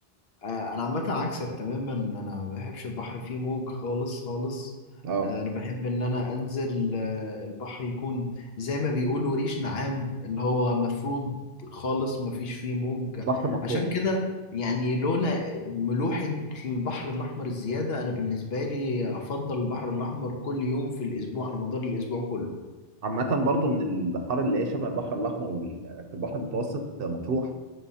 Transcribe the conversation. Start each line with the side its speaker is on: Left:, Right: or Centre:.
Left: آه، انا عامه عكسك تماما انا ما بحبش البحر فيه موج خالص خالص
Right: اه
Left: آه، انا بحب ان انا انزل آه، البحر يكون زي ما بيقولوا ريش نعام اللي هو مفروض خالص ما فيش فيه موج
Right: بحر مطروح
Left: عشان كده يعني لولا ملوحة البحر الأحمر الزيادة أنا بالنسبة لي أفضل البحر الأحمر كل يوم في الأسبوع على مدار الأسبوع كله
Right: عامة برضو من البحار اللي هي شبه البحر الأحمر وال- في البحر المتوسط مطروح